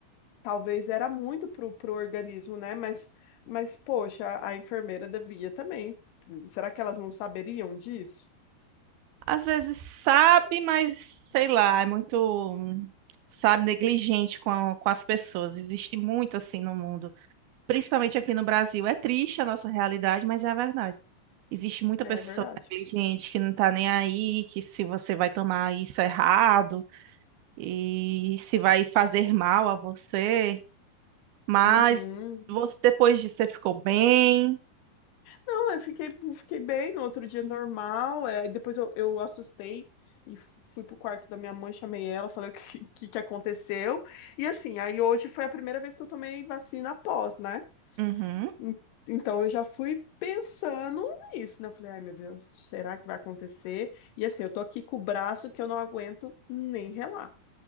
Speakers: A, on the left (about 85°); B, on the right (about 75°).
A: talvez era muito pro, pro organismo, né? Mas, mas poxa, a enfermeira devia também. Será que elas não saberiam disso?
B: Às vezes sabe, mas sei lá, é muito, hum, sabe, negligente com, a- com as pessoas. Existe muito assim no mundo, principalmente aqui no Brasil. É triste a nossa realidade, mas é a verdade. Existe muita
A: É
B: pessoa
A: verdade.
B: negligente que não tá nem aí, que se você vai tomar isso errado e se vai fazer mal a você. Mas
A: Uhum.
B: você, depois disso, você ficou bem.
A: Não, eu fiquei, fiquei bem no outro dia normal. É, depois eu, eu assustei e fui pro quarto da minha mãe, chamei ela, falei o que, <laughs> que, que aconteceu. E assim, aí hoje foi a primeira vez que eu tomei vacina após, né?
B: Uhum.
A: En- Então eu já fui pensando nisso, né? Eu falei, ai meu Deus, será que vai acontecer? E assim, eu tô aqui com o braço que eu não aguento nem relar.